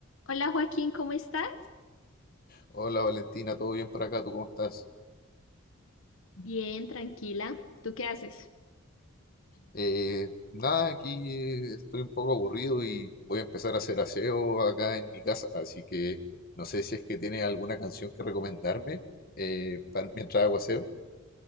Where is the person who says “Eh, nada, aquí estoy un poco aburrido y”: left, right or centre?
Left